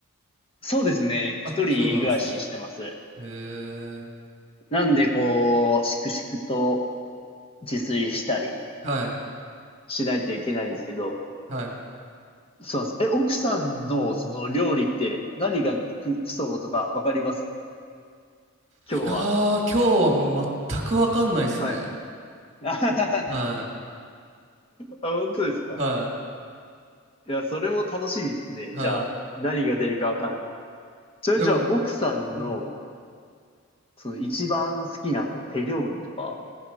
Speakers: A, on the left (about 25°); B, on the right (about 30°).
A: そうですね。
B: あ、
A: 一人暮らししてます。
B: そうなんですね。へえ。
A: なんで、こう、しくしくと自炊したり
B: はい、
A: しないといけないんですけど、
B: はい。
A: そうなんです。え、奥さんのその料理って何がく基礎とかわかります今日は。
B: いやー、今日はもう全くわかんないですね。
A: はい。<laughs>
B: は
A: あ、本当ですか。
B: い。はい
A: いや、それも楽しみですね。
B: は
A: じゃあ、何が出るかわかんない。それじゃあ、
B: い。でも、
A: 奥さんの、
B: うん。
A: その一番好きなこう手料理とか